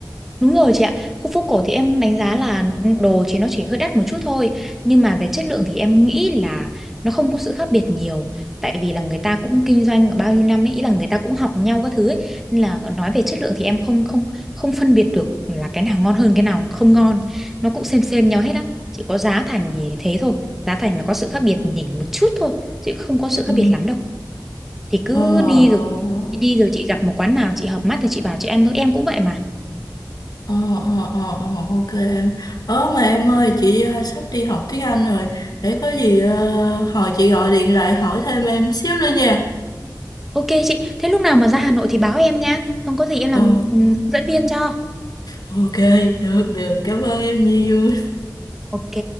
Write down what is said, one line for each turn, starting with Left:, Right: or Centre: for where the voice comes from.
Centre: Đúng rồi chị ạ, khu phố cổ thì em đánh giá là ừ, đồ thì nó chỉ hơi đắt một chút thôi, nhưng mà về chất lượng thì em nghĩ là nó không có sự khác biệt nhiều, tại vì là người ta cũng kinh doanh bao nhiêu năm ấy, ý là người ta cũng học nhau các thứ ấy, nên là nói về chất lượng thì em không không không phân biệt được là cái nào ngon hơn cái nào không ngon, nó cũng xem xem nhau hết á, chỉ có giá thành thì thế thôi, giá thành nó có sự khác biệt nhỉnh một chút thôi, chứ không có sự
Left: Ừ.
Centre: khác biệt lắm đâu. Thì cứ
Left: Ờ,
Centre: đi
Left: ờ,
Centre: rồi đi rồi chị gặp một quán nào chị hợp mắt thì chị vào chị ăn thôi, em cũng vậy mà.
Left: ờ, ờ, ờ, ờ, ok em. Ờ mà em ơi, chị ờ, sắp đi học tiếng Anh rồi. Để có gì ờ, hồi chị gọi điện lại hỏi thêm em xíu nữa nha.
Centre: Ok chị, thế lúc nào mà ra Hà Nội thì báo em nha. Không có gì em
Left: Ờ,
Centre: làm ừ, dẫn viên cho.
Left: ok, được, được. Cảm ơn em nhiều.
Centre: Ok.